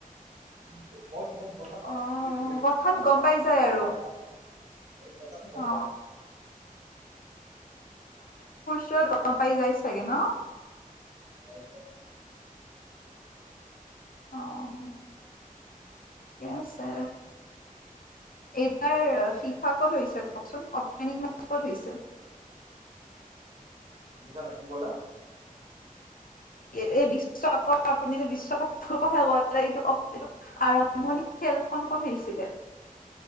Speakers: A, on the right; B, on the left.
A: <unintelligible> মই তোমাৰ কথা পাতি
B: অ',
A: আছো
B: কথাত
A: ভাবি
B: গম
A: আছোঁ
B: পাই যায়
A: তুমি
B: আৰু
A: গম পোৱানে কথাটো গম
B: অ',
A: পোৱা।
B: চত পাই যাই চাগে ন।
A: যাবা
B: অ ঠিকে আছে এইবাৰ ফিফা ক'ত হৈছে কওকচোন অপেনিং ক'ত হৈছে?
A: বুজা নাই কি কলা?
B: এই বিশ্বকাপৰ আপুনি যে বিশ্বকাপ কথা ক' এইটো এইটো আৰম্ভণি খেল খন কত হৈছিলে?